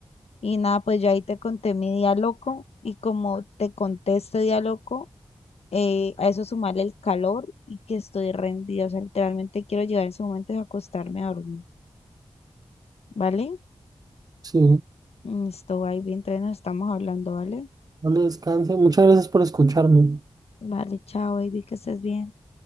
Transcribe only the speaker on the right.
Sí,
no le descanse. Muchas gracias por escucharme.